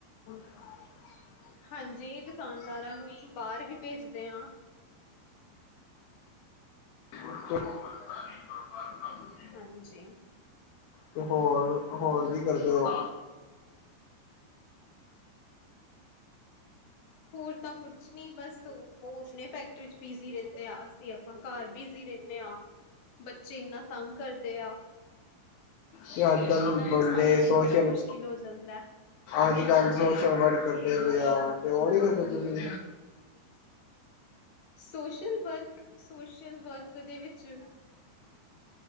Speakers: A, on the left; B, on the left.
A: <inaudible>
B: ਹਾਂਜੀ ਦੁਕਾਨਦਾਰਾਂ ਨੂੰ ਈ ਬਾਹਰ ਵੀ ਭੇਜਦੇ ਆਂ।
A: <unintelligible>
B: ਹਾਂਜੀ।
A: ਤੇ ਹੋਰ ਹੋਰ ਕੀ ਕਰਦੇ ਹੋ?
B: ਹੋਰ ਤਾਂ ਕੁਛ ਨੀ ਬਸ ਉਹ ਆਪਣੇ ਫੈਕਟਰੀ ਚ ਬਿਜ਼ੀ ਰਹਿੰਦੇ ਆ ਅਸੀਂ ਅਪ ਆਪਾਂ ਘਾਰ ਰ ਬਿਜੀ ਰਹਿੰਦੇ ਆਂ ਬੱਚੇ ਇੰਨਾ ਤੰਗ ਕਰਦੇ ਆ।
A: ਤੇ ਅੱਜ ਕੱਲ
B: ਇਹਨਾਂ ਨੂੰ
A: ਬੰਦੇ
B: ਸਾਹਮਣੇ
A: ਸੋਸ਼ਲ
B: ਬੜਾ ਮੁਸ਼ਕਿਲ ਹੋ ਜਾਂਦਾ।
A: ਅੱਜ ਕੱਲ ਸੋਸ਼ਲ ਵਰਕ ਕਰਦੇ ਪਏ ਆ ਤੇ ਉਹ ਨੀ ਕਰਦੇ ਤੁਸੀਂ?
B: ਸੋਸ਼ਲ ਵਰਕ, ਸੋਸ਼ਲ ਵਰਕ ਦੇ ਵਿੱਚ